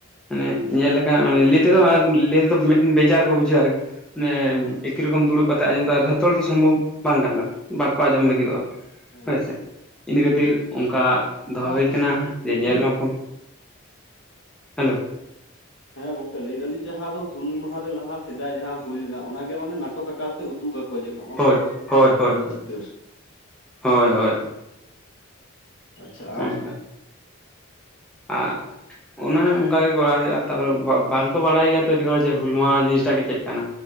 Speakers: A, in the centre; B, on the left.
A: ᱢᱟᱱᱮ
B: ᱦᱮᱸ
A: ᱧᱮᱞ ᱢᱟᱱᱮ ᱞᱟᱹᱭ ᱛᱮ ᱫᱚ ᱟᱨ ᱞᱟᱹᱭ ᱛᱮ ᱫᱚ ᱵᱮᱡᱟᱨ ᱠᱚ ᱵᱩᱡᱷᱟᱹᱜᱼᱟ ᱟᱨ ᱢᱟᱱᱮ
B: ᱦᱮᱸ
A: ᱮᱠᱤ ᱨᱚᱠᱚᱢ ᱫᱩᱲᱩᱵ ᱠᱟᱛᱮ ᱟᱸᱡᱚᱢ ᱫᱚ ᱟᱨᱦᱚᱛᱚ ᱡᱚᱛᱚ ᱫᱚ ᱥᱚᱢᱵᱷᱚᱵ ᱵᱟᱝ ᱠᱟᱱ ᱛᱟᱠᱚᱣᱟ ᱵᱟᱠᱚ ᱟᱸᱡᱚᱢ
B: ᱦᱮᱸ
A: ᱞᱟᱹᱜᱤᱫᱚᱜᱼᱟ
B: ᱦᱮᱸ
A: ᱦᱳᱭ
B: ᱦᱮᱸ
A: ᱥᱮ ᱤᱱᱟᱹ ᱠᱷᱟᱹᱛᱤᱨ ᱚᱱᱠᱟ ᱫᱚᱦᱚ
B: ᱚᱱᱟ
A: ᱦᱩᱭ
B: ᱦᱩᱞ
A: ᱠᱟᱱᱟ
B: ᱢᱟᱦᱟ ᱫᱚ
A: ᱡᱮ ᱧᱮᱞ
B: ᱦᱩᱭ ᱞᱮᱱᱟ
A: ᱢᱟ ᱠᱚ ᱦᱮᱞᱳ
B: ᱦᱮᱸ ᱜᱚᱝᱠᱮ ᱞᱟᱹᱭ ᱫᱟᱞᱤᱧ ᱡᱟᱦᱟᱸ ᱫᱚ ᱦᱩᱞ ᱢᱟᱦᱟ ᱨᱮ ᱞᱟᱦᱟ ᱥᱮᱫᱟᱭ ᱡᱟᱦᱟᱸ ᱦᱩᱭ ᱞᱮᱱᱟ ᱚᱱᱟ ᱜᱮ ᱢᱟᱱᱮ ᱱᱟᱴᱚᱠ ᱟᱠᱟᱨ ᱛᱮ ᱩᱫᱩᱜ ᱟᱠᱚ ᱠᱚ ᱡᱮ ᱱᱚᱜ-ᱚᱭ
A: ᱦᱳᱭ
B: ᱩᱱ
A: ᱦᱳᱭ
B: ᱥᱚᱢᱚᱭ ᱦᱩᱭ
A: ᱦᱳᱭ
B: ᱞᱮᱱᱟ
A: ᱦᱳᱭ
B: ᱪᱤᱛᱟᱹᱨ
A: ᱦᱳᱭ ᱦᱳᱭ ᱦᱳᱭ
B: ᱟᱪᱪᱷᱟ ᱟᱨ
A: ᱚᱱᱠᱟ ᱟᱨ ᱚᱱᱟ ᱚᱱᱠᱟ ᱜᱮ ᱠᱚᱨᱟᱣ ᱦᱩᱭᱩᱜᱼᱟ ᱛᱟᱨᱯᱚᱨᱮ ᱵᱟᱝᱠᱚ ᱵᱟᱲᱟᱭ ᱜᱮᱭᱟ ᱛᱚ ᱟᱹᱰᱤ ᱦᱚᱲ ᱡᱮ ᱦᱩᱞ ᱢᱟᱦᱟᱸ ᱡᱤᱱᱤᱥᱴᱟᱜ ᱜᱮ ᱪᱮᱫ ᱠᱟᱱᱟ